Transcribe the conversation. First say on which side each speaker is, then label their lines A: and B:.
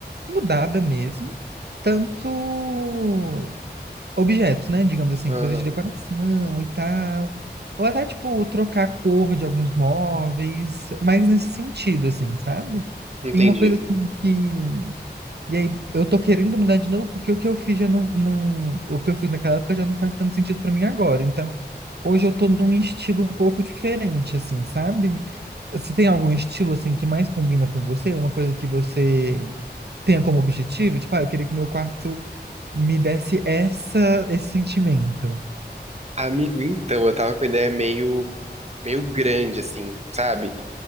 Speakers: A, on the right; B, on the right.
A: mudada mesmo, tanto objetos, né? Digamos assim,
B: Aham,
A: coisas de decoração e tal. Ou até, tipo, trocar a cor de alguns móveis, mais nesse sentido, assim, sabe?
B: entendi.
A: E uma coisa assim que. E aí, eu tô querendo mudar de novo, porque o que eu fiz já não, não. O que eu fiz naquela época já não faz tanto sentido pra mim agora. Então, hoje eu tô num estilo um pouco diferente, assim, sabe? Você tem algum estilo, assim, que mais combina com você? Uma coisa que você tenha como objetivo? Tipo, ah, eu queria que meu quarto me desse essa, esse sentimento.
B: Amigo, então, eu tava com uma ideia meio meio grande assim, sabe?